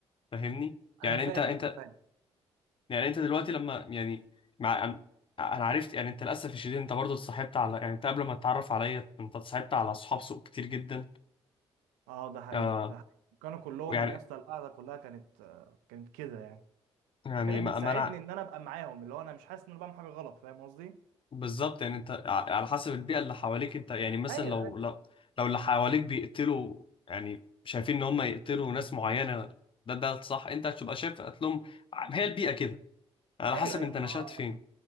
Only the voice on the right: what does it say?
انا فاهم
انا فاهم
اه ده حقيقي
ده حقيقي كانوا كلهم
يا اسطى القعده كلها كانت آه، كانت كده يعني
فكانت
بتساعدني
ان انا ابقى معاهم اللي هو انا مش حاسس ان انا بعمل حاجه غلط فاهم قصدي
ايوه
ايوه
ايوه
ما